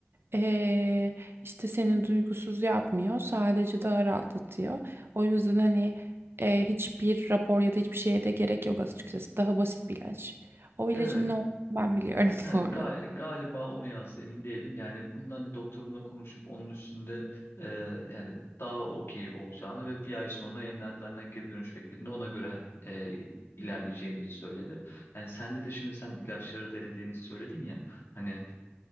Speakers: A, on the right (about 60°); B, on the left (about 70°).
A: Ee, işte seni duygusuz yapmıyor. Sadece daha rahatlatıyor. O yüzden hani e, hiçbir rapor ya da hiçbir şeye de gerek yok açıkçası. Daha basit bir ilaç. O ilacın
B: evet.
A: ne olduğunu ben biliyorum
B: Ha,
A: <laughs> bu arada.
B: ga- galiba onu yazdı emin değilim. Yani bunda hani doktorumla konuşup onun üstünde e, yani daha okey olacağını ve bir ay sonra yeniden benden geri dönüş beklediğinde ona göre e, ilerleyeceğimizi söyledi. Yani sende de şimdi sen ilaçları denediğini söyledin ya. Hani